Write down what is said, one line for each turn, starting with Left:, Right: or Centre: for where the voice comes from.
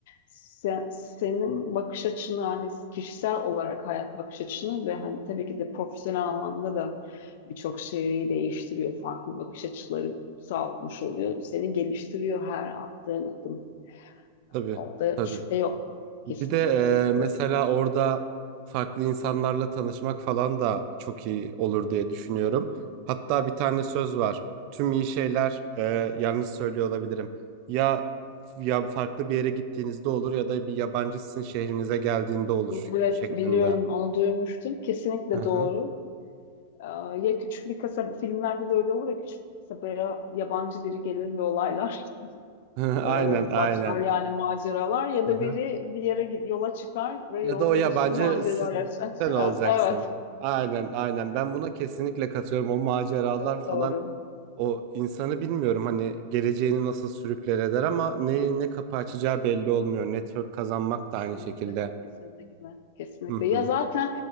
Left: sen- senin bakış açını hani kişisel olarak hayat bakış açını ve hani tabii ki de profesyonel anlamda da birçok şeyi değiştiriyor. Farklı bakış açıları sağlamış oluyor. Seni geliştiriyor her attığın adım.
Right: Tabii.
Left: Orada
Right: Tabii.
Left: şüphe yok kesinlikle.
Right: Bir de e, mesela orada farklı insanlarla tanışmak falan da çok iyi olur diye düşünüyorum. Hatta bir tane söz var. Tüm iyi şeyler e, yalnız söylüyor olabilirim. Ya ya farklı bir yere gittiğinizde olur ya da bir yabancı sizin şehrinize geldiğinde olur
Left: Evet
Right: şeklinde.
Left: biliyorum onu duymuştum. Kesinlikle
Right: Hı hı.
Left: doğru. Ee, ya küçük bir kasaba, filmlerde de öyle olur ya küçük bir kasabaya yabancı biri gelir ve olaylar
Right: <laughs>
Left: <laughs>
Right: Aynen
Left: e,
Right: aynen.
Left: başlar yani maceralar ya
Right: Hı
Left: da
Right: hı.
Left: biri bir yere gi- yola çıkar ve
Right: Ya
Left: yolda
Right: da o yabancı
Left: bir sürü macera
Right: siz
Left: yaşar.
Right: sen
Left: <laughs>
Right: olacaksın.
Left: Evet,
Right: Aynen aynen. Ben buna kesinlikle katıyorum. O maceralar
Left: çok
Right: falan.
Left: doğru.
Right: O insanı bilmiyorum hani geleceğini nasıl sürükler eder ama ne ne kapı açacağı belli olmuyor. Network kazanmak
Left: Kesinlikle,
Right: da aynı şekilde.
Left: kesinlikle, kesinlikle.
Right: Hı hı.
Left: Ya zaten